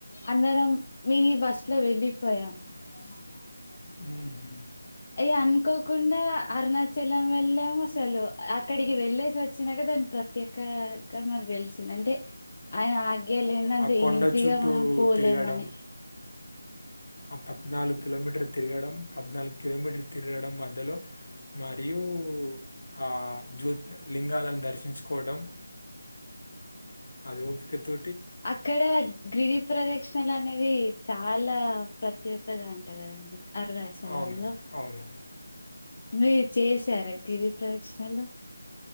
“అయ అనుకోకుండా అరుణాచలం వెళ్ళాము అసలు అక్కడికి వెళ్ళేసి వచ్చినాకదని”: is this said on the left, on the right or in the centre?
Left